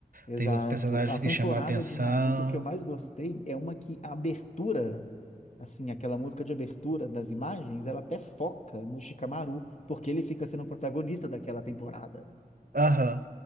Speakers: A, on the left (about 45°); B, on the right (about 65°).
A: Exato.
B: Tem outros personagens
A: A temporada
B: que chamam a atenção.
A: de Naruto que eu mais gostei é uma que a abertura, assim, aquela música de abertura das imagens, ela até foca no Shikamaru, porque ele fica sendo o protagonista daquela temporada.
B: Aham.